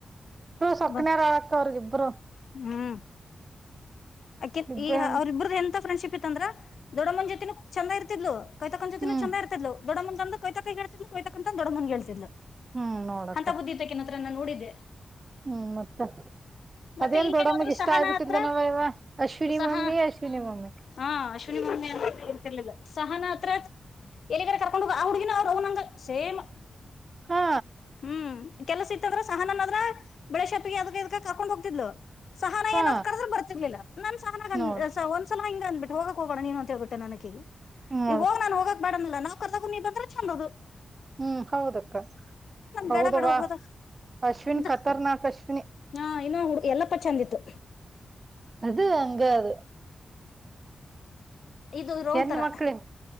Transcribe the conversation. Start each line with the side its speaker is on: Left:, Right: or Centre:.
Right: ಸಕ್ನರ್
Left: ಬ
Right: ಅಳಕ್ಕ ಅವ್ರಿಬ್ರು
Left: ಹ್ಮ್ ಅಕೆನ್
Right: ಇಬ್ರೇ
Left: ಈ
Right: ಹ್ಮ್
Left: ಅವ್ರ ಇಬ್ರ ಎಂತ ಫ್ರೆಂಡ್ಶಿಪ್ ಇತ್ತಂದ್ರ ದೊಡ್ಡಮ್ಮನ್ ಜೊತಿನೂ ಚಂದ ಇರ್ತಿಿದ್ಲು ಕೈತಕನ್ ಜೊತೆನು
Right: ಹ್ಮ್
Left: ಚಂದ ಇತಿತ್ತು ದೊಡಂದಂತಂದು ಕ ತಕ ಹಳ್ತಿ ಕೊ ತತಂತಂದುೊಡನ ಹೇತಿಿದಾ
Right: ಹ್ಮ್ ನೋಡಕ್ಕ
Left: ಅಂತ ಬುದತ ಕೆನ ಹತ್ರ ನಾನು ನೋಡಿದ್ದೆ
Right: ಹ್ಮ್ ಮತ್ತೆ
Left: ಮತ್ತೆ
Right: ಅದೇನ್
Left: ಇಲ್ಲೇನಾದ್ರು
Right: ದೊಡ್ಡಮ್ಮಗೆ ಇಷ್ಟ
Left: ಸಹನಾ
Right: ಆಗ್ಬಿಟ್ಟಲ್
Left: ಹತ್ರ
Right: ನಾವವ ಅಶ್ವಿನಿ
Left: ಸಹ
Right: ಮಮ್ಮಿ ಅಶ್ವಿನಿ ಮಮ್ಮಿ
Left: ಹಾ ಅಶ್ವಿನಿ ಮೂಮಿ ಅಂತ ಇರ್ತಿರ್ಲಿಲ್ಲ ಸಹ ನ ಹತ್ರ ಎಲ್ಲಿಗರೆ ಕರ್ಕೊಂಡ ಹೋಗ ಆ ಹುಡ್ಗಿನ ಅವ್ರು ಅವನಂಗ ಸೇಮ್
Right: ಹಾ
Left: ಹ್ಮ್ ಕೆಲಸ ಇತ್ತಂದ್ರ ಸಹನನಾದ್ರ ಬೆಳೇಶತ್ಗೆ ಅದ ಇದ ಕಾಕೊಂಡ್ ಹೋಗ್ತಿದ್ಲು ಸಹನ
Right: ಹಾ
Left: ಏನಾದ್ ಕಡ್ರೆ ಬರ್ತಿರ್ಲಿಲ್ಲ ನನ್ ಸಹನ
Right: ನೋಡ್
Left: ಒಂದ್ಸಲ ಹಂಗ ಅಂದ್ಬಿು ಹೋಗಕ್ ಹೋಗೋಣ ನೀನು ಅಂತ ಹಳ್ಬಿಟ್ಟ ನನಗೆ
Right: ನೋಡ್
Left: ನೀವು ಹೋಗ ನಾು ಹೋಗ ಬಡಿಲ್ಲ ನಾವು ಕರ್ದಕು ನೀ ಬಂದ್ರೆ ಚೆಂದದದು
Right: ಹ್ಮ್ ಹೌದಕ್ಕ ಹೌದುವ
Left: ಬೇಡ ಬೇಡ ಹೋಗೋದ
Right: ಅಶ್ವಿನಿ
Left: ಇಂತ
Right: ಖತರ್ನಾಕ್ ಅಶ್ವಿನಿ
Left: ಹಾ ಇನ್ನ ಹಡು ಎಲ್ಲಪ್ಪ ಚೆಂದಿತ್ತು
Right: ಅದು ಹಂಗ ಅದು
Left: ಇದು ಇ ರ
Right: ಹೆಣ್
Left: ಒ ತರ
Right: ಮಕ್ಳಿನ್